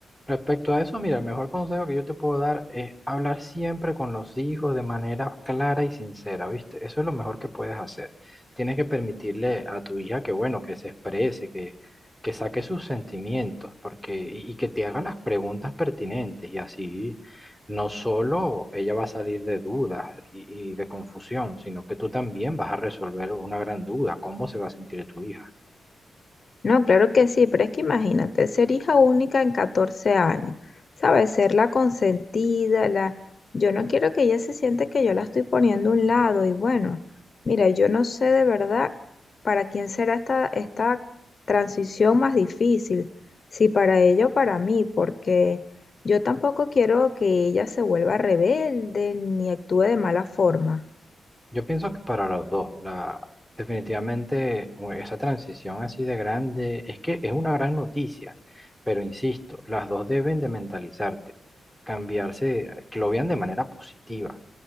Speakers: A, in the centre; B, on the left.
A: Respecto a eso, mira, el mejor consejo que yo te puedo dar es hablar siempre con los hijos de manera clara y sincera, ¿viste? Eso es lo mejor que puedes hacer. Tienes que permitirle a tu hija que, bueno, que se exprese, que, que saque sus sentimientos, porque, y, y que te haga las preguntas pertinentes, y así no solo ella va a salir de dudas y, y de confusión, sino que tú también vas a resolver una gran duda, cómo se va a sentir tu hija.
B: No, claro que sí, pero es que imagínate, ser hija única en 14 años, ¿sabes? Ser la consentida, la... Yo no quiero que ella se siente que yo la estoy poniendo a un lado y bueno, mira, yo no sé de verdad para quién será esta, esta transición más difícil, si para ella o para mí, porque yo tampoco quiero que ella se vuelva rebelde ni actúe de mala forma.
A: Yo pienso que para los dos, la, definitivamente u- esa transición así de grande es que es una gran noticia, pero insisto, las dos deben de mentalizarte, cambiarse, eh, que lo vean de manera positiva.